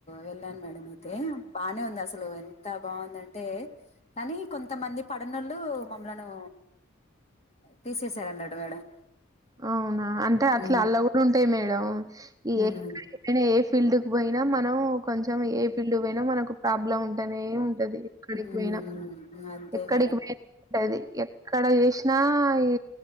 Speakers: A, on the left (about 35°); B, on the right (about 20°).
A: వెళ్ళాను మేడం అయితే బాగానే ఉంది. అసలు ఎంత బాగుందంటే. కానీ కొంతమంది పడనోళ్ళు మమ్ములను. తీసేసారు అన్నాడు మేడం.
B: అవునా అంటే
A: మ్మ్
B: అట్లా అల్లా కూడా ఉంటాయి మేడం ఈ
A: మ్మ్
B: ఎక్కడ. అయినా ఏ ఫీల్డ్ కు పోయినా మనం కొంచెం ఏ ఫీల్డ్ పోయినా మనకు ప్రాబ్లం ఉంట ఉంటేనే ఉంటాది ఎక్కడికి
A: మ్మ్
B: పోయినా
A: అంతే
B: ఎక్కడికి
A: మేడం
B: పోయినా. ఉంటది ఎక్కడ చేసినా ఈ